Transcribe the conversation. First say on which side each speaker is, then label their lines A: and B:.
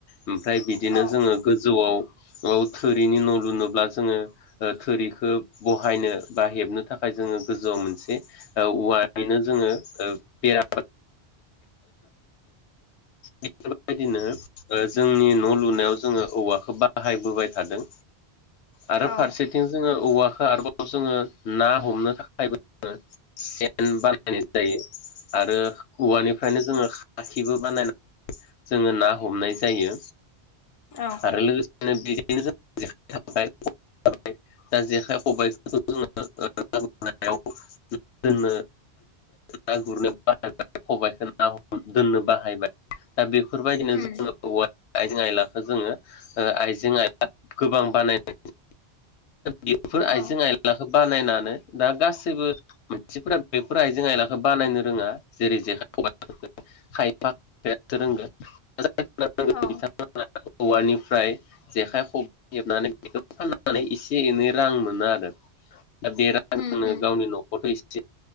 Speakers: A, on the left; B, on the left.
A: ओमफ्राय बिदिनो
B: औ
A: जोङो गोजौआव औ थोरिनि न' लुनोब्ला जोङो ओ थोरिखौ बहायनो बा हेबनो थाखाय जोङो गोजौआव मोनसे औ औवायैनो जोङो ओ बेरा <unintelligible> फोरबायदिनो ओ जोंनि न' लुनायाव जोङो औवाखौ बाहायबोबाय थादों। आरो
B: औ
A: फारसेथिं जोङो औवा आरोबाव जोङो ना हमनो थाखायबोेन सेन बानायनो आरो औवानिफ्रायनो जोङो खाखिबो बानायनानै जोङो ना हमनाय जायो।
B: औ
A: आरो लोगोसेनो बेनो <unintelligible> दा जेखाइ खबाइफोरखौ जोङो <unintelligible> जोंनो ना गुरनो बाहायबाय खबाइखौ ना दोननो बाहायबाय दा बे फोरबायदिनो
B: उम
A: जोङो
B: उम
A: औवा आइजें आइलाखौ जोङो आइजें आइला गोबां बानायनाय बेफोर
B: औ
A: आइजें
B: उम औ
A: आयलाखौ बानायनानै दा गासैबो मानसिफोरा बेफोर आइजें आयलाखो बानायनो रोङा जेरै जेखाय खबायखौ खायफा खायफासो रोंगोन। <unintelligible>
B: औ
A: औवानिफ्राय जेखाइ खबाय हेबनानै बेखौ फाननानै एसे एनै रां मोनो आरो।
B: <inaudible>
A: दा बे रांजोंनो
B: उम उम
A: गावनि न'खरखौ' एसे